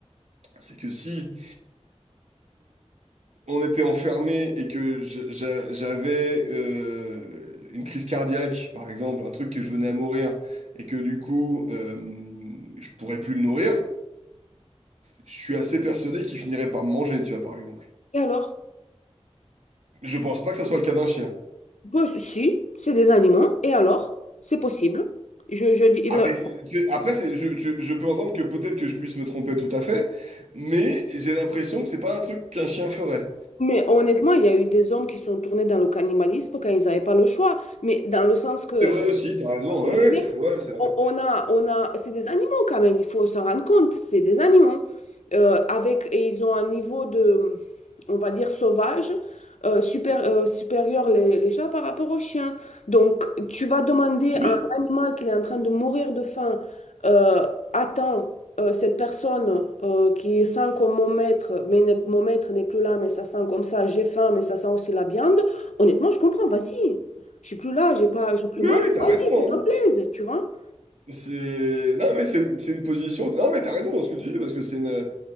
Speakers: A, on the right; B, on the left.
A: c'est que si... on était enfermé et que je- j'a- j'avais euh, une crise cardiaque, par exemple, un truc que je venais à mourir, et que du coup, euh, je pourrais plus le nourrir, je suis assez persuadé qu'il finirait par me manger, tu vois, par exemple.
B: et alors?
A: Je pense pas que ça soit le cas d'un chien.
B: Ben, si, c'est des animaux, et alors? C'est possible. Je, je, dis- le-
A: Ah mais je- après c'est- je, je- je peux entendre que peut-être que je puisse me tromper tout à fait, mais j'ai l'impression que c'est pas un truc qu'un chien ferait.
B: Mais honnêtement, il y a eu des hommes qui sont tournés dans le cannibalisme quand ils n'avaient pas le choix. Mais dans le sens que,
A: C'est vrai aussi, t'as raison,
B: tu vois ce que
A: ouais,
B: je
A: ouais,
B: veux dire,
A: c'est vrai, c'est vrai.
B: on on a, on a, c'est des animaux quand même, il faut s'en rendre compte, c'est des animaux. Euh, avec, et ils ont un niveau de, on va dire, sauvage, euh, super, euh, supérieur les, les chats par rapport aux chiens. Donc, tu vas demander
A: Oui,
B: à un animal qui est en train de mourir de faim, euh, attends, euh, cette personne euh, qui sent comme mon maître, mais n'est- mon maître n'est plus là, mais ça sent comme ça, j'ai faim, mais ça sent aussi la viande. Honnêtement, je comprends, vas-y, je suis plus là, j'ai pas, j'ai plus
A: oui,
B: mal.
A: oui, t'as
B: Vas-y,
A: raison,
B: ça te
A: hein.
B: plaise, tu vois.
A: C'est... Non, mais c'est c'est une position... Non, mais t'as raison dans ce que tu dis, parce que c'est une...